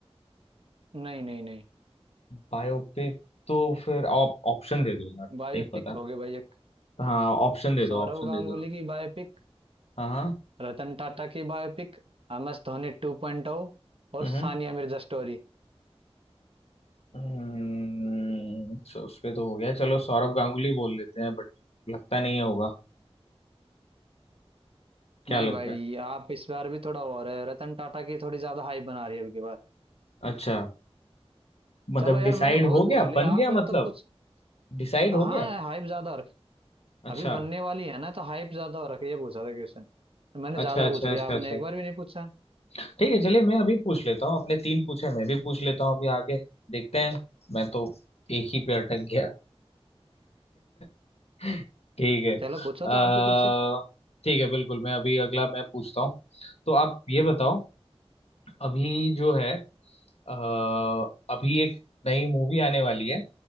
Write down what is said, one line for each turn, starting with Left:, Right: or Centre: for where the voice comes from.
Right: नहीं नहीं नहीं
Left: बायोपिक तो फिर आप ऑप्शन दे दो यार
Right: बायोपिक
Left: नहीं पता
Right: होगी भाई
Left: हाँ ऑप्शन दे दो
Right: सौरव
Left: ऑप्शन
Right: गांगुली
Left: दे दो
Right: की बायोपिक
Left: हाँ हाँ
Right: रतन टाटा की बायोपिक एम एस धोनी 2.0
Left: हम्म,
Right: और
Left: हम्म।
Right: सानिया मिर्जा स्टोरी
Left: हम्म, तो उस पे तो हो गया चलो सौरव गांगुली बोल लेते हैं बट लगता नहीं है होगा क्या
Right: नहीं
Left: लग
Right: भाई
Left: रहा है
Right: आप इस बार भी थोड़ा और है रतन टाटा की थोड़ी ज्यादा हाइप बना रही है अब की बार
Left: अच्छा मतलब
Right: चलो यार
Left: डिसाइड
Right: मैंने बहुत
Left: हो
Right: पूछ
Left: गया
Right: लिया
Left: बन
Right: आप
Left: गया
Right: फिर
Left: मतलब
Right: तो कुछ
Left: डिसाइड
Right: हाँ
Left: हो गया
Right: हाइप ज्यादा और
Left: अच्छा
Right: अभी बनने वाली है ना तो हाइप ज्यादा हो रखी है ये पूछा था क्वेश्चन मैंने ज्यादा
Left: अच्छा अच्छा
Right: पूछ लिया
Left: अच्छा
Right: आपने
Left: अच्छा
Right: एक बार भी नहीं पूछा
Left: ठीक है चलिए मैं अभी पूछ लेता हूँ अपने तीन पूछे मैं भी पूछ लेता हूँ अभी आगे देखते हैं मैं तो एक ही पे अटक गया <laughs> ठीक है
Right: चलो पूछो
Left: अह
Right: तो आप भी कुछ
Left: ठीक है बिल्कुल मैं अभी अगला मैं पूछता हूँ तो आप ये बताओ अभी जो है अ, अभी एक नई मूवी आने वाली है